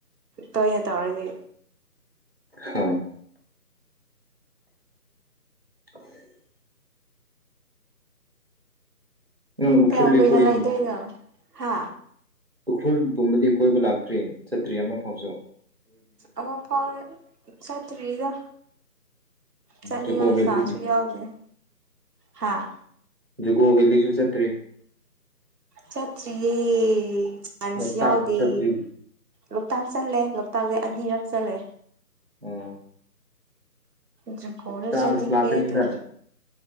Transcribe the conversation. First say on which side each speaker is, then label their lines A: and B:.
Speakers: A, on the right (about 70°); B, on the right (about 40°).
A: ꯇꯣꯏꯅ ꯇꯧꯔꯗꯤ
B: ꯍꯣꯏ <inaudible> ꯎꯝ ꯎꯈ꯭ꯔꯨꯜꯗꯤ
A: ꯀꯌꯥꯝ ꯀꯨꯏꯅ
B: ꯀꯣꯏ
A: ꯂꯩꯗꯣꯏꯅꯣ ꯍꯥ
B: ꯎꯈ꯭ꯔꯨꯜ ꯄꯨꯝꯕꯗꯤ ꯀꯣꯏꯕ ꯂꯥꯛꯇ꯭ꯔꯤ ꯆꯠꯇ꯭ꯔꯤ ꯑꯃꯨꯛꯐꯥꯎꯁꯨ
A: ꯑꯃꯛꯐꯥꯎꯕ ꯆꯥꯠꯇ꯭ꯔꯤꯗ ꯆꯠꯂꯤꯉꯥꯏ
B: ꯖꯨꯀꯣ ꯚꯦꯂꯤ
A: ꯆꯟꯁꯁꯨ ꯌꯥꯎꯗꯦꯗ ꯍꯥꯥ
B: ꯖꯨꯀꯣ ꯕꯦꯂꯤꯁꯨꯨ ꯁꯠꯇꯔꯤ
A: ꯆꯇ꯭ꯔꯤꯌꯦ ꯆꯟꯁ
B: ꯂꯣꯛꯇꯥꯛ
A: ꯌꯥꯎꯗꯦ
B: ꯆꯠꯇ꯭ꯔꯤ
A: ꯂꯣꯛꯇꯥꯛ ꯆꯠꯂꯦ ꯂꯣꯛꯇꯥꯛꯗꯤ ꯑꯅꯤꯔꯛ ꯆꯜꯂꯦ
B: ꯑꯣ
A: ꯖꯨꯀꯣꯗ
B: ꯆꯥꯟꯁ
A: ꯆꯠꯅꯤꯉꯦ
B: ꯂꯥꯛꯀꯅꯤꯗ
A: ꯑꯗꯨ